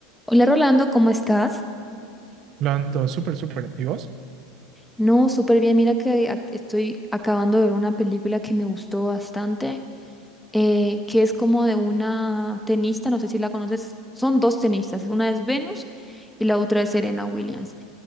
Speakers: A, in the centre; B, on the right (about 40°).
A: Hola Rolando, ¿cómo estás?
B: Lo ando, súper, súper. ¿Y vos?
A: No, súper bien. Mira que ac- estoy acabando de ver una película que me gustó bastante, eh, que es como de una tenista, no sé si la conoces. Son dos tenistas, una es Venus y la otra es Serena Williams.